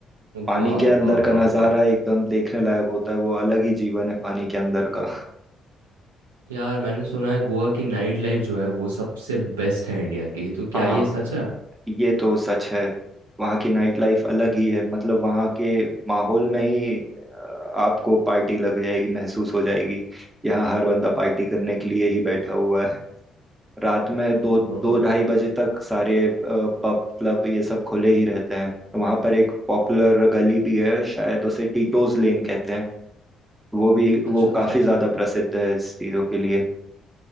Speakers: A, on the right; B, on the right.
A: पानी
B: वाह
A: के अंदर
B: वाह
A: का
B: वाह
A: नज़ारा
B: वाह
A: एकदम देखने लायक होता है वो अलग ही जीवन है पानी के अंदर का
B: यार मैंने सुना है गोवा की नाइट लाइफ जो है वो सबसे बेस्ट है इंडिया की तो क्या
A: हाँ
B: ये सच है
A: ये तो सच है वहाँ की नाइट लाइफ अलग ही है मतलब वहाँ के माहौल में ही अ, आपको पार्टी लग जाएगी महसूस हो जाएगी यहाँ हर बंदा पार्टी करने के लिए ही बैठा हुआ है रात में दो दो
B: ओह
A: ढाई बजे तक सारे पब क्लब ये सब खुले ही रहते हैं वहाँ पर एक पॉपुलर गली भी है शायद उसे टीटोज लेन कहते हैं वो भी वो
B: अच्छा अच्छा
A: काफी
B: अच्छा
A: ज्यादा प्रसिद्ध है इस चीजों के लिए